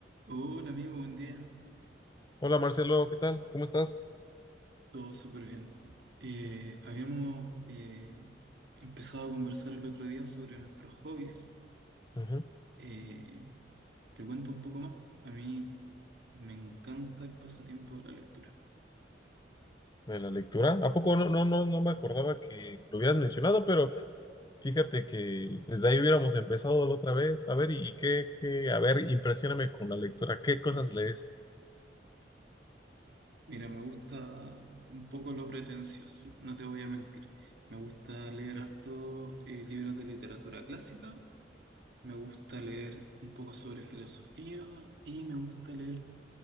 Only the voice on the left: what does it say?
Hola Marcelo, ¿qué tal? ¿Cómo estás?
Ujú,
De la lectura. ¿A poco no, no, no, no me acordaba que lo hubieras mencionado, pero fíjate que desde ahí hubiéramos empezado la otra vez. A ver, y, y qué, qué, a ver, impresióname con la lectura. ¿Qué cosas lees